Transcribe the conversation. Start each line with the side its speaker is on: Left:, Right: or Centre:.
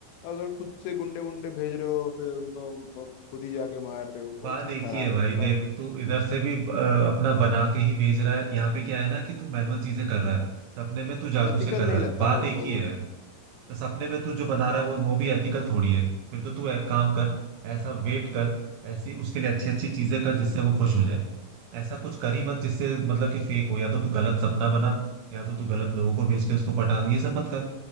Left: अगर खुद से गुंडे वुंडे भेज रहे हो फिर उनको खुद ही जाके मार रहे हो
Right: बात
Left: वो चीज
Right: एक
Left: खराब
Right: ही है भाई
Left: है थोड़ा
Right: देख तू इधर से भी अ, अपना बना के ही भेज रहा है यहाँ पे क्या है ना कि तू मैनुअल चीजें कर रहा है सपने में तू जादू
Left: एथिकल
Right: से कर रहा
Left: नहीं लगता
Right: है बात
Left: मेरे
Right: एक
Left: को
Right: ही
Left: वो
Right: है तो सपने में तू जो बना रहा है वो वो भी एथिकल थोड़ी है फिर तो तू एक काम कर ऐसा वेट कर ऐसी उसके लिए अच्छी अच्छी चीजें कर जिससे वो खुश हो जाए ऐसा कुछ कर ही मत जिससे मतलब कि फेक हो या तो तू गलत सपना बना या तो तू गलत लोगों को भेज के उसको पटा ये सब मत कर